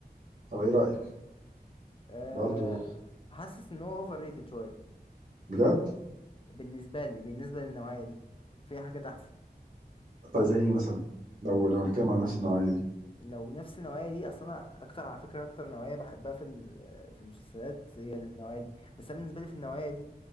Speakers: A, on the right (about 50°); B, on the left (about 35°).
A: طب ايه رأيك
B: أه
A: برضو
B: حاسس ان هو اوفر ريتد شويه
A: بجد
B: بالنسبه لي بالنسبه للنوعيه دي في حاجات احسن
A: طب زي ايه مثلا لو لو هنتكلم على نفس النوعية دي
B: لو نفس النوعيه دي اصلا انا اكتر على فكره اكتر نوعيه بحبها في ال- في المسلسلات هي النوعيه دي بس انا بالنسبه لي في النوعيه دي